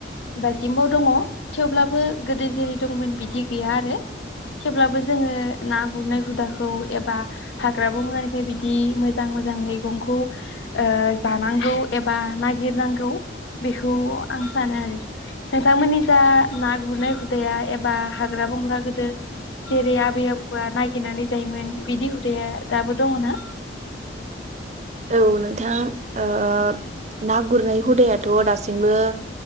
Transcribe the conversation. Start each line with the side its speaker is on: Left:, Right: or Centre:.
Left: दासिमबो दङ थेवब्लाबो गोदो जेरै दंमोन बिदि गैया आरो थेवब्लाबो जोङो ना गुरनाय हुदाखौ एबा हाग्रा बंग्रानिफ्राय बिदि मोजां मोजां मैगंखौ ओ जानांगौ एबा नागिरनांगौ बेखौ आं सानो आरो नोंथांमोननि जा ना गुरनाय हुदाया एबा हाग्रा बंग्रा गोदो जेरै आबै आब बा नागिरनानै जायोमोन बिदि हुदाया दाबो दङ ना?
Right: औ नोंथां ओ ना गुरनाय हुदायाथ दासिमबो